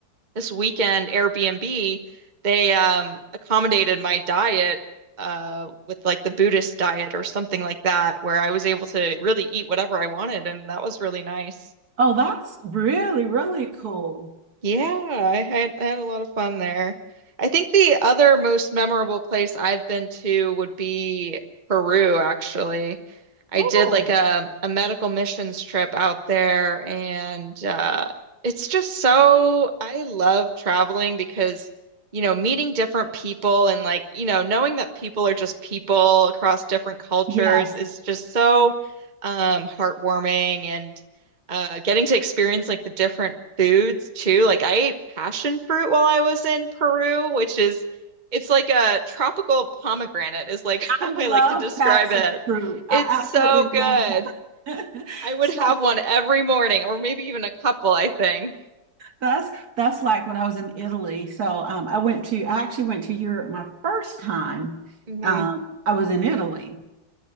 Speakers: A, on the right; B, on the right.
A: this weekend Airbnb, they um accommodated my diet uh with like the Buddhist diet or something like that, where I was able to really eat whatever I wanted, and that was really nice.
B: Oh, that's really, really cool.
A: Yeah, I had I had a lot of fun there. I think the other most memorable place I've been to would be Peru, actually. I
B: Cool.
A: did like a, a medical missions trip out there, and uh, it's just so I love traveling because, you know, meeting different people and like, you know, knowing that people are just people across different cultures
B: Yes.
A: is just so um, heartwarming and uh getting to experience like the different foods too. Like I ate passion fruit while I was in Peru, which is it's like a tropical pomegranate is like
B: I
A: <laughs> how
B: love
A: I like to describe
B: passion
A: it.
B: fruit.
A: It's
B: I
A: so
B: absolutely
A: good.
B: love passion. <laughs>
A: I would
B: So
A: have one every morning or maybe even a couple, I think.
B: That's that's like when I was in Italy. So um, I went to I actually went to Europe my first time.
A: hmm
B: Um, I was in Italy,